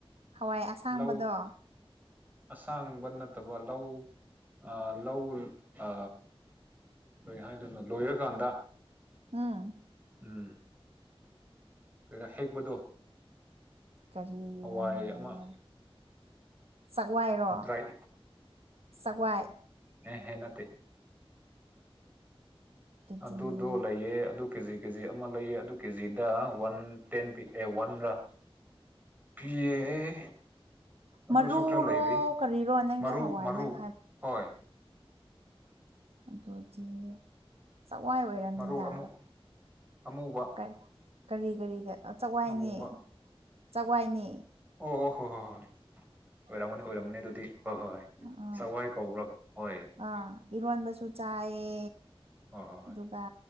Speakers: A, on the right; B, on the right.
A: ꯍꯋꯥꯏ ꯑꯁꯥꯡꯕꯗꯣ
B: ꯂꯧ ꯑꯁꯥꯡꯕ ꯅꯠꯇꯕ ꯂꯧ ꯑ ꯂꯧ ꯑ ꯀꯩ ꯍꯥꯏꯗꯧꯅꯣ ꯂꯣꯏꯔꯀꯥꯟꯗ
A: ꯑꯝ
B: ꯎꯝ ꯀꯔꯥ ꯍꯦꯛꯄꯗꯣ
A: ꯀꯔꯤꯔꯣꯅ‌ꯦ
B: ꯍꯋꯥꯏ ꯑꯃ
A: ꯆꯛꯋꯥꯏꯔꯣ
B: ꯗ꯭ꯔꯥꯏ
A: ꯆꯛꯋꯥꯏ
B: ꯍꯦ ꯍꯦ ꯅꯠꯇꯦ
A: ꯑꯗꯨꯗꯤ
B: ꯑꯗꯨꯗꯣ ꯂꯩꯌ‌ꯦ ꯑꯗꯨ ꯀꯦꯖꯤ ꯀꯦꯖꯤ ꯑꯃ ꯂꯩꯌꯦ ꯑꯗꯨ ꯀꯦꯖꯤꯗ ꯋꯥꯟ ꯇꯦꯟ ꯄꯤ ꯑꯦ ꯋꯥꯟꯔꯥ ꯄꯤꯌ‌ꯦ ꯑꯦ ꯑꯗꯨꯁꯨ
A: ꯃꯔꯨꯔꯣ
B: ꯈꯔ ꯂꯩꯔꯤ
A: ꯀꯔꯤꯔꯣ ꯅꯪꯒꯤ
B: ꯃꯔꯨ
A: ꯍꯋꯥꯏ
B: ꯃꯔꯨ
A: ꯅꯪ
B: ꯍꯣꯏ
A: ꯑꯗꯣꯗꯤ ꯆꯛꯋꯥꯏ ꯑꯣꯏꯔꯝꯅꯤꯗ
B: ꯃꯔꯨ ꯑꯃꯨ ꯑꯃꯨꯕ
A: ꯀꯔꯤ ꯀꯔꯤ ꯀꯔꯤꯒ ꯆꯛꯋꯥꯏꯅꯦ
B: ꯑꯃꯨꯕ
A: ꯆꯛꯋꯥꯏꯅꯦ
B: ꯑꯣ ꯑꯣ ꯍꯣ ꯍꯣ ꯍꯣꯏ ꯑꯣꯔꯝꯒꯅꯤ ꯑꯣꯔꯝꯒꯅꯤ ꯑꯗꯨꯗꯤ ꯍꯣꯏ ꯍꯣꯏ ꯍꯣꯏ
A: ꯑ
B: ꯆꯋꯥꯏ ꯀꯧꯕ꯭ꯔꯥ ꯍꯣꯏ
A: ꯑꯥ ꯏꯔꯣꯟꯕꯁꯨ ꯆꯥꯏꯌꯦ
B: ꯍꯣ ꯍꯣ ꯍꯣꯏ
A: ꯑꯗꯨꯒ